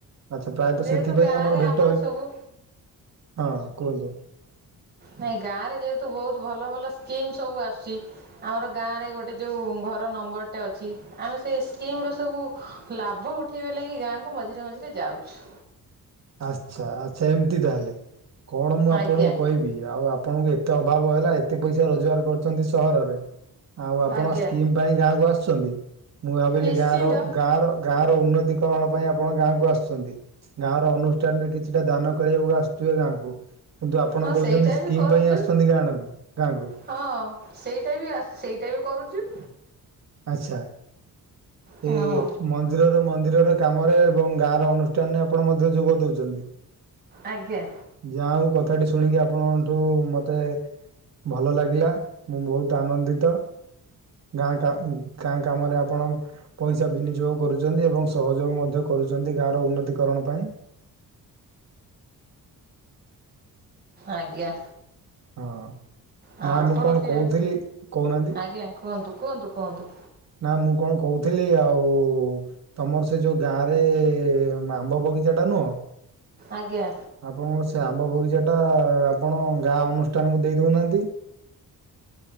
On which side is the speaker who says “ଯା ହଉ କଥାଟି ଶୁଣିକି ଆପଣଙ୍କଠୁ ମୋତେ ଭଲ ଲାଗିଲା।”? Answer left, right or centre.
Right